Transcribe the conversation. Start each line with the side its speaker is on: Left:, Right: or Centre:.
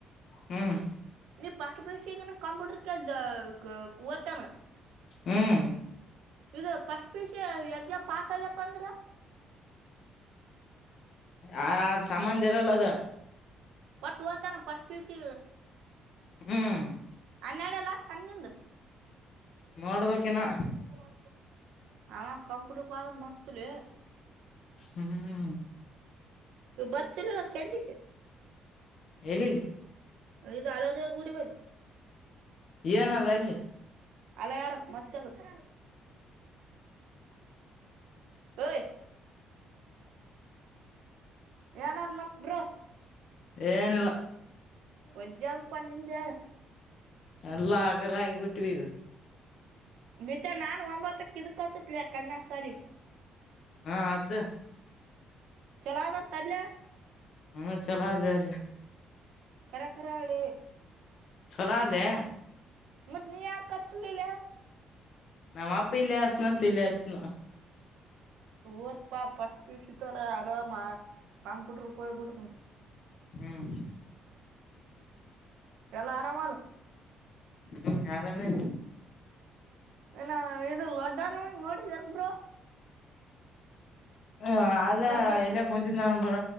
Left: ಹ್ಮ್
Right: ನೀ ಪಾಸ್ ಪಷ ಈಗ ನ ಕಂಪ್ಯೂಟರ್ ಕ ಕೂವತಾನ.
Left: ಹ್ಮ್
Right: ಇದು first P C exam pass ಐದ್ಯಪ್ಪ ಅಂದ್ರ
Left: ಆ ಸಂಬಂಧ ಇರಲ್ಲ ಅದ.
Right: ಒಟ್ಟ ಓದತಾನ ಪಸ್ಟ್ ಪಿ ಯು ಸಿ
Left: ಹ್ಮ್
Right: ಹನ್ನಡೆ ಎಲ್ಲಷ್ಟ ತಂದ ನಿಂದು
Left: ನೋಡ್ಬೇಕಿನ
Right: <inaudible> ಲ್ಲ ಹ ಕಂಪ್ಯೂಟರ್ ಕಾಗ ಮಸ್ತಲ್ಲ
Left: ಹ್ಮ್
Right: ಬರ್ತಿಲ ಚೆಂದಕ್ಕೆ
Left: ಹೇಳಿ
Right: ಇದು ಆಲದ ಗುಡಿ ಬಲ್ಲಿ
Left: ಏನದ ಅಲ್ಲಿ.
Right: ಅಲ್ಲ ಎಡಕ್ ಮತ್ತೆ ಅದಕ್. ಹೋ <inaudible> ಏನನ್ ಮಕ್ ಬ್ರೋ
Left: ಏನಲ್ಲ.
Right: ಒ್ದಾವದು ಪನ್ನಿಂದ
Left: ಯಲಾಗರಾ ಯಬಟ್ಟ ಟ್ವಿದು
Right: ಮತ್ತ ನಾನು ಒಂಬತ್ತ ಕಿರ್ತತಿದಲ ಕನ್ನಯ ಸರಿ
Left: ಹಾ ಅಚ್ಚ
Right: ಚಲೋದ ತನ್ನಯ
Left: ಹ್ಮ ಚಲದೆ.
Right: ಕರಕರಾಳ
Left: ಚಲ ಅಡ್ಲೆ
Right: ಮತ್ತ ನೀ ಯ ಕತ್ ಇಲ್ಲ
Left: ನಮ್ಮ ಅಪ್ಪ ಇಲ್ಲಾಸನಂತಲ್ಲಿಯಾಚನ
Right: ಓದ ಪಾ ಪ ಪಸತಾರ ಆರಾಮ ಕಂಪ್ಯೂಟರ್ಯ್ಬಿಡ್ತನ
Left: ಹ್ಮ್
Right: ಎಲ್ಲ ಆರಾಮ ಅಲ್ಲ
Left: ಹ್ಮ್ ಆರಾಮೇ
Right: ಏನ ಇದು ಲಡ್ಡನ್ ನೋಡಿದನ್ಬರು.
Left: ಹ ಅಲ್ಲ
Right: ಲೋ ಬ್ರೋ
Left: ಎಲ್ಲ ಕುಂತೂ ನ ಬರ